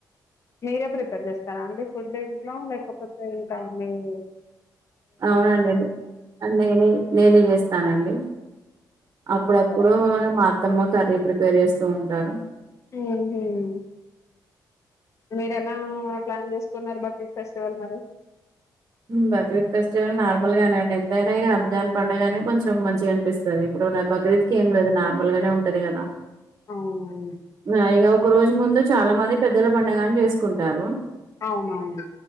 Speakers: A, on the left; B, on the right.
A: మీరే ప్రిపేర్ చేస్తారా అండి ఫుడ్ నోములు లేకపోతే ఇంకా మేము
B: అవునండి నేనే నేనే చేస్తానండి అప్పుడప్పుడు
A: స్తారా
B: మా అత్తమ్మ కర్రీ ప్రిపేర్ చేస్తూ ఉంటారు
A: నేను చెయ్యను మీర ఎలా ప్లాన్ చేసుకున్నారు బక్రీజ్ ఫెస్టివల్ మరి
B: బక్రీద్ ఫెస్టివల్ నార్మల్ గానేండి ఎంతైనా ఇక రంజాన్ పండుగనే కొంచెం మంచిగా అనిపిస్తది ఇపుడు న బక్రీద్ కి ఏం లేదు నార్ ముల్గానే ఉంటది కదా
A: అవునవును
B: ఆ ఇగ ఒక రోజు ముందు చాలా మంది పెద్దల పండగని చేసుకుంటారు
A: అవునవును